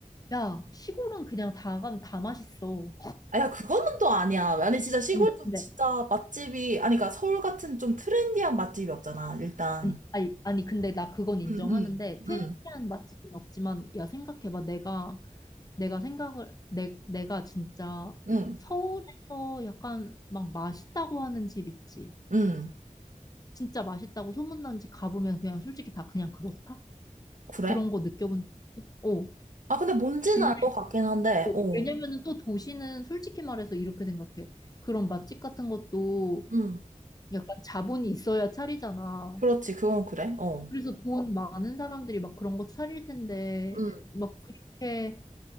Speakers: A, on the left (about 30°); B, on the right (about 70°).
A: 야, 시골은 그냥 다 가면 다 맛있어.
B: 아, 야, 그거는 또 아니야. 아니, 진짜 시골도
A: 아니, 근데
B: 진짜 맛집이, 아니, 그러니까 서울 같은 좀 트렌디한 맛집이 없잖아, 일단.
A: 아니, 아니, 아니, 근데 나 그건 인정하는데,
B: 응, 응,
A: 트렌디한
B: 응,
A: 맛집은 없지만, 야, 생각해봐. 내가, 내가 생각을, 내, 내가 진짜
B: 응,
A: 서울에서 약간 막 맛있다고 하는 집 있지.
B: 응.
A: 진짜 맛있다고 소문난 집 가보면 그냥 솔직히 다 그냥 그렇다?
B: 그래?
A: 그런 거 느껴본 적 없어? 어.
B: 아, 근데 뭔지는
A: 근데,
B: 알 것 같긴 한데,
A: 어,
B: 어.
A: 왜냐면은 또 도시는 솔직히 말해서 이렇게 생각해. 그런 맛집 같은 것도
B: 응.
A: 약간 자본이 있어야 차리잖아.
B: 그렇지, 그건 그래. 어.
A: 그래서 돈 많은 사람들이 막 그런 거 차릴 텐데
B: 응,
A: 막 그렇게